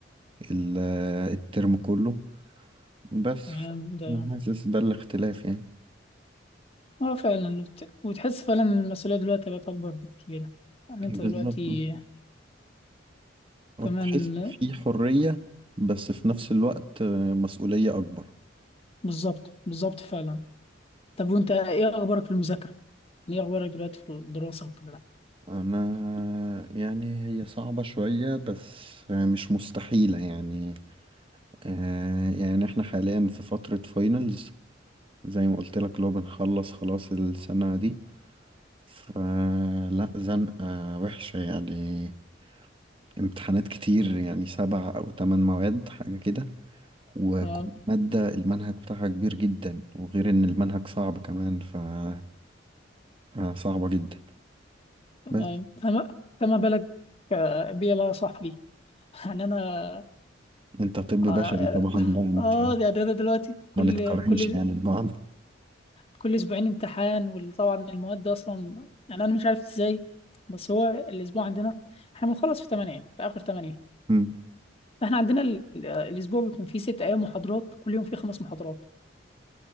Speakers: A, on the right (about 30°); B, on the left (about 30°).
A: ال... الترم كله بس
B: تمام
A: ف-
B: ده
A: حاسس ده الاختلاف يعني
B: أه فعلا وت- وتحس فعلا إن المسؤولية دلوقتي بقت أكبر بكتير يعني أنت
A: بالظبط
B: دلوقتي كمان
A: تحس في حرية بس في نفس الوقت آه، مسؤولية أكبر
B: بالظبط بالظبط فعلا طب وأنت إيه أخبارك في المذاكرة؟ ايه اخبارك دلوقتي في الدراسه وكده
A: أنا يعني هي صعبة شوية بس آه، مش مستحيلة يعني آه، يعني احنا حاليا في فترة فاينلز زي ما قلت لك لو بنخلص خلاص السنة دي فلا زنقة وحشة يعني امتحانات كتير يعني سبع أو تمن مواد حاجة كده وكل
B: تمام
A: مادة المنهج بتاعها كبير جدا وغير إن المنهج صعب كمان فلا صعبة جدا
B: تمام
A: بس
B: فما فما بالك آه، بيا بقى يا صاحبي <laughs> يعني انا
A: أنت طب بشري
B: اه
A: طبعا لا أنت
B: آه، يعني انا دلوقتي كل
A: ما نتقارنش
B: كل
A: يعني ببعض
B: كل اسبوعين امتحان وطبعا المواد دي اصلا يعني انا مش عارف ازاي بس هو الاسبوع عندنا احنا بنخلص في 8 في اخر 8
A: مم.
B: فاحنا عندنا ال- آه، الاسبوع بيكون فيه ست ايام محاضرات كل يوم فيه خمس محاضرات